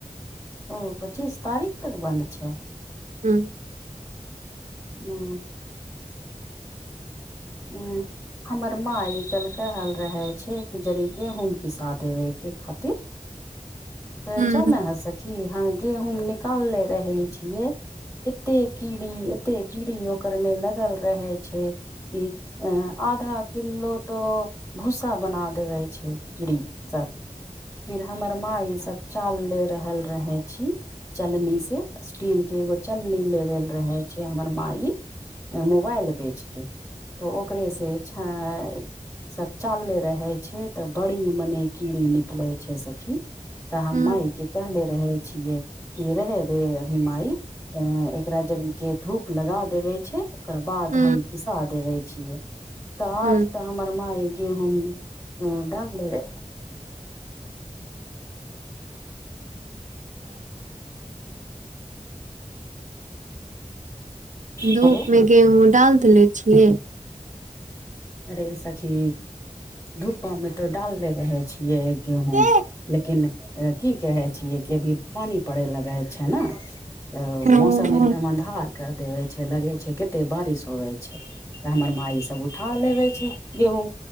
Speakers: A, on the left (about 25°); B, on the right (about 80°).
A: ओ पच्चीस तारीख तक बन्द छै।
B: हँ।
A: हू। हू। हमर माँ इ चलक हल रहे छै एक जरी गेहूम पिसा देवे के खातिर तऽ
B: ह
A: जान
B: ह
A: है सकी हम गेहूँम निकालनेे रहै छियै एते कीड़ी एते कीड़ी ओकर मऽ लगल रहे छै कि अ आधा किलो तऽ भूसा बना देवे छै कीड़ी सब फिर हमर माय ई सब चाल ले रहल रहे छी चलनी से स्टील के एगो चलनी लेवल रहे छै हमर मााय मोबाइल बेच कऽ तऽ ओकरेसँ छ सब चालले रहे छै तऽ बड़ी मने कीड़ी निक निकले छै सखी तऽ
B: ह
A: हम मााय के कहले रहे छियै क रहे दे अभी मायी अ एकरा जल के धूप लगा देवे छै ओकर बाद
B: ह ह
A: हम पिसा देबे छियै ताज
B: ह
A: तऽ हमर माई गेहू डालले रहै
B: धूप
A: हेलो
B: मऽ गेहूँं डाल देेले छियै
A: अरे सखी धूपा मऽ तो डालले रहे छी <unintelligible> गेहूँ
B: ह
A: लेकिन की कहे छियै कि अभी पानी पड़े लगे छै नऽ तऽ
B: ह
A: मौसम एकदम अंहार के देवे छै लगे छै कते बारिश होवे छै त हमर मा इ सब उठा लेबे छै गेहूँ